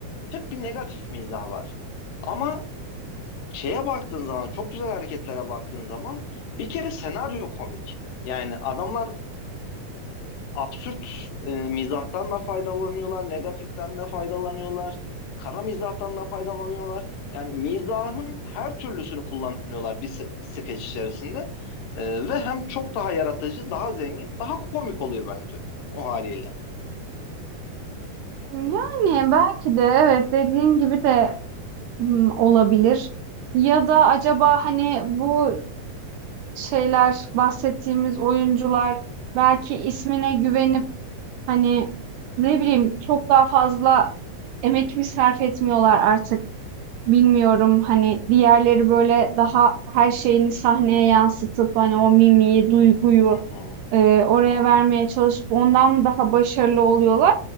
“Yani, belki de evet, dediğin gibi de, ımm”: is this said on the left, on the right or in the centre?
Right